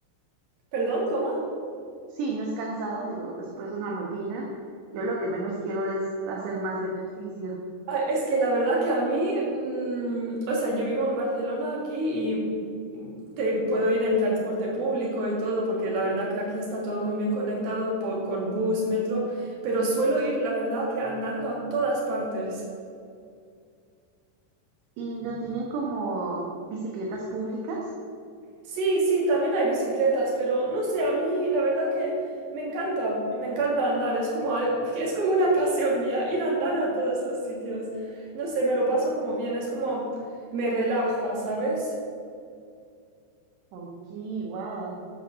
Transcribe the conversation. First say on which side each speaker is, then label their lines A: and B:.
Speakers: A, on the right; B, on the right.
A: ¿Perdón? ¿Cómo?
B: Sí, no es cansado, digo, después de una rutina, yo lo que menos quiero es hacer más ejercicio.
A: Ah, Es que la verdad que a mí, mm, o sea, yo vivo en Barcelona aquí y mm, te puedo ir en transporte público y todo, porque la verdad que aquí está todo muy bien conectado por- con bus, metro, pero suelo ir, la verdad que andando a todas partes.
B: ¿Y no tienen como bicicletas públicas?
A: Sí, sí, también hay bicicletas, pero no sé, a mí la verdad que me encanta, me encanta andar, es como, al- <laughs> es como una pasión mía, ir a andar a todos los sitios. No sé, me lo paso como bien, es como me relaja, ¿sabes?
B: Ok, wow.